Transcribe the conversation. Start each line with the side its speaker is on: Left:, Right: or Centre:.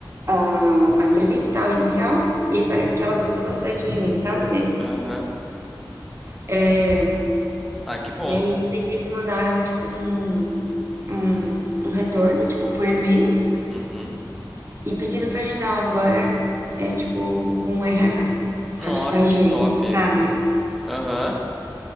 Right: a, a entrevista e tal, inicial, e aí parece que ela gostou bastante de mim, sabe?
Centre: Aham.
Right: É,
Centre: Ah, que bom,
Right: E aí
Centre: pô.
Right: ontem eles mandaram, tipo, um, um, um retorno, tipo, por e-mail,
Centre: Uhum.
Right: e pedindo pra agendar agora, é, tipo, com o RH.
Centre: Nossa,
Right: Acho que com a gerente,
Centre: que top.
Right: sabe?
Centre: Aham.